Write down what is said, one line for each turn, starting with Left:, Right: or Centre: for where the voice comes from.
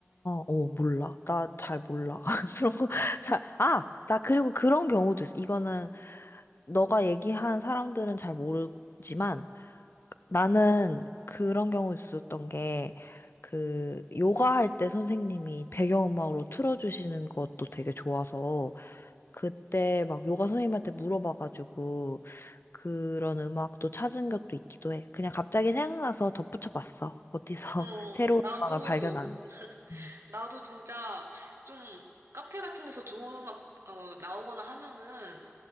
Left: 어, 몰라. 나 잘 몰라. <laughs> 그런 거, 잘, 아, 나 그리고 그런 경우도 있어. 이거는 너가 얘기한 사람들은 잘 모르지만, 나는 그런 경우 있었던 게, 그, 요가 할 때 선생님이 배경음악으로 틀어주시는 것도 되게 좋아서, 그때 막 요가 선생님한테 물어봐가지고, 그런 음악도 찾은 것도 있기도 해. 그냥 갑자기 생각나서 덧붙여 봤어. 어디서
Right: 어,
Left: <laughs> 새로운
Right: 나도,
Left: 음악을 발견하는지. 음.
Right: 나도 진짜 좀 카페 같은 데서 좋은 음악, 어, 나오거나 하면은